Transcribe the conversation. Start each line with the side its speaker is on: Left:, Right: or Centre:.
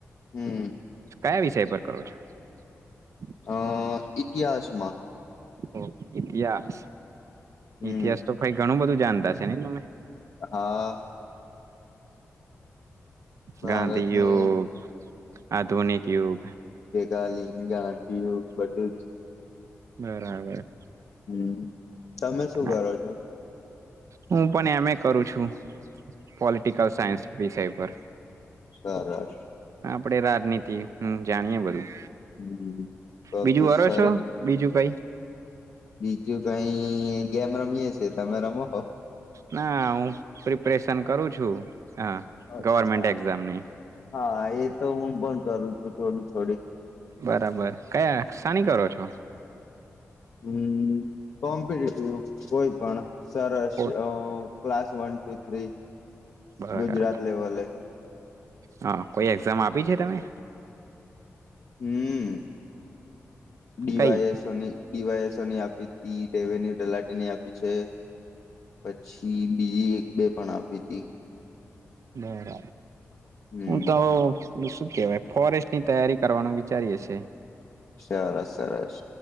Left: હમ
Right: કયા વિષય પર કરો છો? <unintelligible>
Left: અ ઈતિહાસમાં.
Right: ઓ ઇતિહાસ.
Left: હમ
Right: ઇતિહાસ તો <unintelligible> ઘણું બધું <unintelligible> છે ને એનું મેં
Left: આ ભારતનું
Right: ગાંધી યુગ આધુનિક યુગ.
Left: ગાલીન ગાંધીઓ બધું જ
Right: બરાબર.
Left: હમ. તમે શું
Right: હા,
Left: કરો છો?
Right: હું પણ એમે કરું છું પોલિટિકલ સાયન્સ વિષય પર
Left: સરશ
Right: આપડે રાજનીતિ હું જાણીએ બધું
Left: હમ તો
Right: બીજું
Left: તો
Right: વારો
Left: સરસ
Right: છો બીજું કઈ
Left: બીજું કઈ ગેમ રમીયે છે તમે રમો
Right: ના હુ ઓપરેેશન કરું છું હા
Left: અચ્છા
Right: ગવર્મેન્ટ એક્ઝામની
Left: હા એ તો હું બંધ કરું થોડી થોડીક
Right: બરાબર કયા શાની કરો છો
Left: હમ કોમ્પિટેટિવ કોઈ પણ સરસ
Right: કો
Left: ક્લાસ વન ટુ થ્રી
Right: બરાબર
Left: ગુજરાત લેવલે
Right: હા કોઈ એક્ઝામ આપી છે તમે
Left: હમ ડીવાય
Right: કઈ
Left: એસોની ડીવાયસની આપી હતી દેવેની તલાટી ની આપી છે પછી બીજી એક બે પણ આપી હતી
Right: બરાબર
Left: હમ
Right: હું તો એલું શું કેવાય ફોરેસ્ટ ની તૈયારી કરવાનું વિચારીએે છે
Left: સરસ સરસ